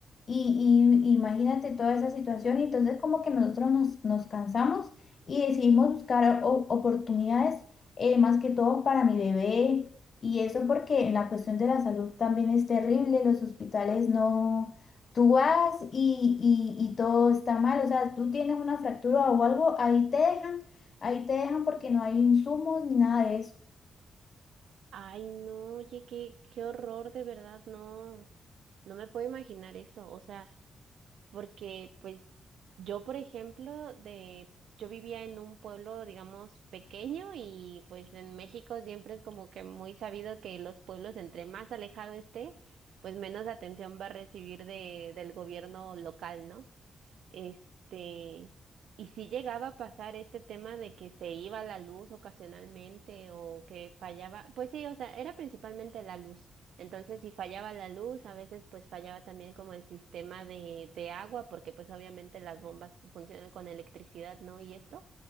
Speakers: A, on the left; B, on the right.
A: y, y imagínate toda esa situación. Y entonces como que nosotros nos, nos cansamos y decidimos buscar o- oportunidades, eh, más que todo para mi bebé. Y eso porque en la cuestión de la salud también es terrible, los hospitales no... Tú vas y, y, y todo está mal, o sea, tú tienes una fractura o algo, ahí te dejan Ahí te dejan porque no hay insumos ni nada de eso.
B: Ay, no, oye, qué, qué horror, de verdad, no, no me puedo imaginar eso. O sea, porque pues yo, por ejemplo, de, yo vivía en un pueblo, digamos, pequeño y pues en México siempre es como que muy sabido que los pueblos entre más alejado esté, pues menos atención va a recibir de, del gobierno local, ¿no? Este, y si llegaba a pasar este tema de que se iba la luz ocasionalmente o que fallaba, pues sí, o sea, era principalmente la luz. Entonces, si fallaba la luz, a veces pues fallaba también como el sistema de, de agua, porque pues obviamente las bombas funcionan con electricidad, ¿no? Y esto